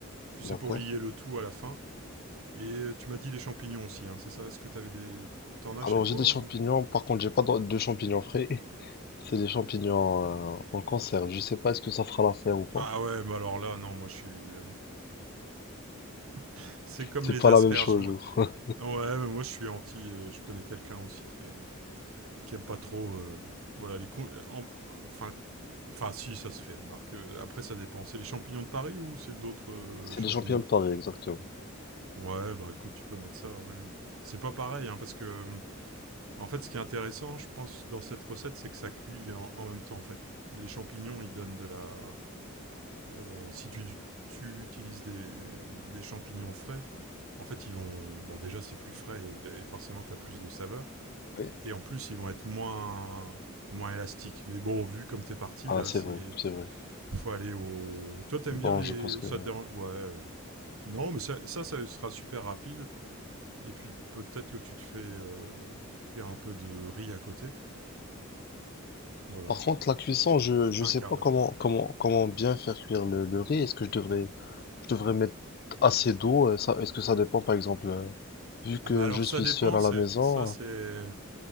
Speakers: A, on the right; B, on the left.
A: Tu sais,
B: D'accord.
A: pour lier le tout à la fin. Et euh, tu m'as dit les champignons aussi, hein, c'est ça Est-ce que t'avais des... T'en as
B: Alors,
A: chez toi
B: j'ai des champignons.
A: ou
B: Par contre, j'ai pas de de champignons frais. <laughs> C'est des champignons, euh, en conserve. Je sais pas est-ce que ça fera l'affaire ou pas.
A: Ah ouais, mais alors là, non, moi je suis... <laughs> C'est comme
B: C'est
A: les
B: pas
A: asperges.
B: la même chose,
A: moi.
B: je crois.
A: Ah Ouais, mais moi je suis anti... euh, je connais quelqu'un aussi qui, est... qui aime pas trop... euh, Voilà, les... con- en- Enfin... Enfin, si, ça se fait, remarque. Euh, Après, ça dépend. C'est les champignons de Paris ou c'est d'autres euh,
B: <laughs> C'est
A: champignons
B: des champignons de Paris, exactement.
A: Ouais, bah écoute, tu peux mettre ça, oui, oui. C'est pas pareil, hein, parce que... euh, En fait, ce qui est intéressant, je pense, dans cette recette, c'est que ça cuit en, en même temps, en fait. Les champignons, ils donnent de la... Euh, si tu, tu utilises des, des champignons frais, en fait, ils vont. Bon, déjà, c'est plus frais et, et forcément, tu as plus de saveur.
B: Oui,
A: Et en plus, ils vont être moins, moins élastiques. Mais bon, vu comme t'es parti,
B: Ah,
A: là,
B: c'est
A: c'est.
B: vrai, c'est vrai.
A: Faut aller au. Toi, t'aimes
B: Bon,
A: bien les.
B: je pense que.
A: Ça te dérange. Ouais, ouais. Non, mais ça, ça, ça sera super rapide. Et puis, peut-être que tu te fais euh, cuire un peu de riz à côté. Voilà.
B: Par contre, la cuisson, je je
A: Un
B: sais
A: quart
B: pas
A: d'heure.
B: comment comment comment bien faire cuire le, le riz. Est-ce que je devrais je devrais mettre assez d'eau? euh, Ça, est-ce que ça dépend, par exemple? euh, Vu que
A: Ah bah alors
B: je suis
A: ça dépend,
B: seul à
A: c'est
B: la maison,
A: ça c'est
B: euh,